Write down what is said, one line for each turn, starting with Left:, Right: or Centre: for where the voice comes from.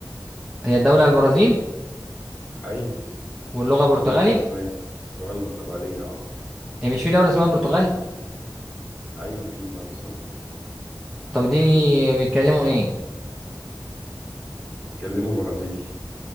Centre: هي الدوله البرازيل
Left: ايوه
Centre: واللغه
Left: اللغة
Centre: برتغالي
Left: الرسمية اللغة البرتغالية اه
Centre: هي مش في دوله اسمها برتغال
Left: ايوه في دولة اسمها البرتغال
Centre: طب دي بيتكلموا ايه
Left: بيتكلموا برازيلي